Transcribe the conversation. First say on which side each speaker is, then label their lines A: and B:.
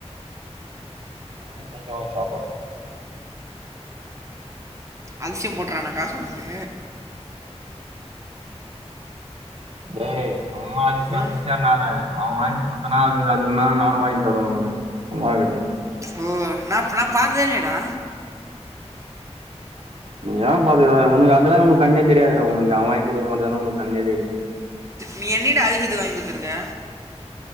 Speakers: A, on the right; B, on the right.
A: நா ஏ நைட்டு வாங்கி சாப்பற்றே
B: அல்சியம் போட்டற்றாணா காசு உனக்கு
A: டேய் சும்மா அதிசியோ
B: ஆ?
A: அதிசியோனாத அவ வாய்ங் குத்தனா அது அதுக்கு மேல நானு வாய்ங் தருவே அவனுக்கு சும்மா கடையாது
B: ஓ நா இப்பலா பாக்கர்தே இல்லயேடா
A: கொஞ்ச நேரோ பாத்துக்குறனே உனக்கு அதெல்லா உனக்கண்ணே தெரியாதுடா உனக்கு அவ வாய்ங் குடுக்க மட்டுதான உனக்கண்ணே தெரியு
B: நீ என்னிக்டா அதிசியத்துகு வாய்ங் குடுத்துருக்க